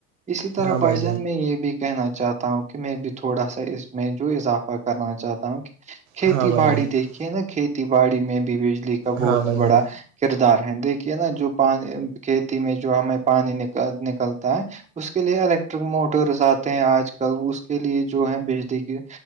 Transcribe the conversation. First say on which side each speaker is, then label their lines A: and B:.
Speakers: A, on the right (about 15°); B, on the right (about 60°).
A: اسی طرح
B: ہاں بھائی
A: بائی جان میں یہ بھی کہنا چاہتا ہوں کہ میں بھی تھوڑا سا اس میں جو اضافہ کرنا چاہتا ہوں کہ کھیتی
B: ہاں بھائی
A: باڑی
B: جان
A: دیکھیے نا کھیتی باڑی میں بھی بجلی کا بہت
B: ہاں بھائی
A: بڑا
B: جان
A: کردار ہیں دیکھیے نا جو پانی کھیتی میں جو ہمیں پانی نک نکلتا ہے اس کے لیے الیکٹرک موٹرس آتے ہیں آج کل اس کے لیے جو ہے بجلی کے